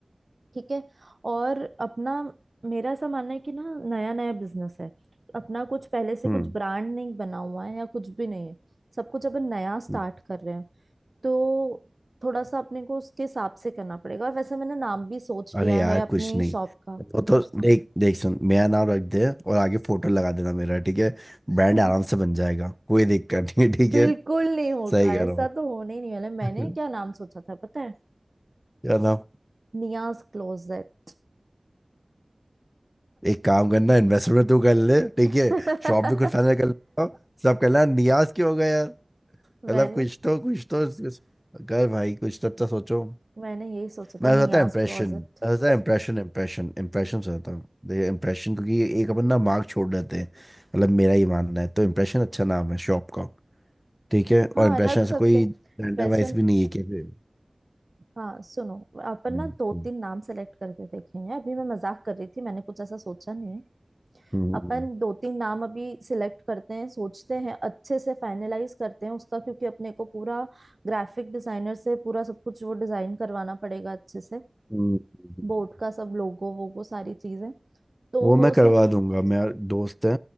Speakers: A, on the right; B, in the centre.
A: ठीक है और अपना मेरा ऐसा मानना है कि ना नया नया बिजनेस है अपना कुछ पहले से
B: हम्म
A: कुछ ब्रांड नहीं बना हुआ है या कुछ भी नहीं है सब कुछ अपन नया स्टार्ट
B: हम्म।
A: कर रहे हैं तो थोड़ा सा अपने को उसके हिसाब से करना पड़ेगा और वैसे मैंने नाम भी सोच लिया
B: अरे यार
A: है अपनी
B: कुछ नहीं
A: शॉप का
B: वो तो देख देख सुन मेरा नाम रख दे और आगे फोटो लगा देना मेरा ठीक है ब्रांड
A: <laughs>
B: आराम से बन जाएगा कोई दिक्कत नहीं है, ठीक
A: बिल्कुल
B: है
A: नहीं होगा
B: सही
A: ऐसा
B: कह रहा
A: तो होने ही नहीं वाला है। मैंने
B: हूँ
A: क्या नाम
B: <laughs>
A: सोचा था पता है
B: क्या ना
A: नियाज क्लोजेट
B: एक काम करना इन्वेस्टमेंट तू कर ले ठीक
A: <laughs>
B: है शॉप भी खुद फाइनल कर लेगा सब करना नियाज क्यों हो गया यार मतलब
A: मैंने
B: कुछ तो कुछ तो कर भाई कुछ तो अच्छा सोचो
A: मैंने यही सोचा
B: मैं
A: था नियाज
B: बताता है इम्प्रेशन
A: क्लोजेट
B: मैं बताता है इम्प्रेशन इम्प्रेशन इम्प्रेशन से होता है इम्प्रेशन क्योंकि एक अपन ना मार्क छोड़ देते हैं मतलब मेरा ही मानना है तो इम्प्रेशन अच्छा नाम है शॉप का ठीक है
A: हाँ
B: और इम्प्रेशन
A: रख
B: ऐसा
A: सकते
B: कोई जेंडर
A: वैसे
B: वाइज भी नहीं है कैसे
A: हाँ सुनो अपन
B: हम्म,
A: ना दो
B: हम्म,
A: तीन नाम सेलेक्ट करके देखेंगे अभी मैं मजाक कर रही थी मैंने कुछ ऐसा सोचा नहीं है
B: हम्म, हम्म,
A: अपन दो तीन नाम अभी सिलेक्ट करते हैं सोचते हैं अच्छे से फाइनलाइज करते हैं उसका क्योंकि अपने को पूरा ग्राफिक डिजाइनर से पूरा सब कुछ वो डिजाइन करवाना पड़ेगा अच्छे से
B: हम्म, हम्म।
A: बोर्ड का सब लोगो वोगो सारी चीजें तो
B: वो मैं
A: वो
B: करवा
A: सब
B: दूंगा मेरा दोस्त है